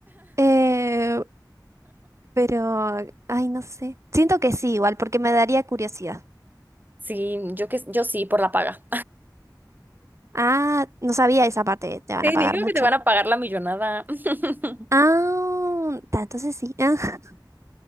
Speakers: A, on the right (about 40°); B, on the right (about 25°).
A: Eh, pero, ay, no sé. Siento que sí, igual, porque me daría curiosidad.
B: Sí, yo que yo sí, por la paga.
A: Ah, no sabía esa parte, te van
B: Te
A: a pagar
B: digo
A: mucho.
B: que te van a pagar la millonada. <laughs>
A: Ah, ta, entonces sí. <laughs>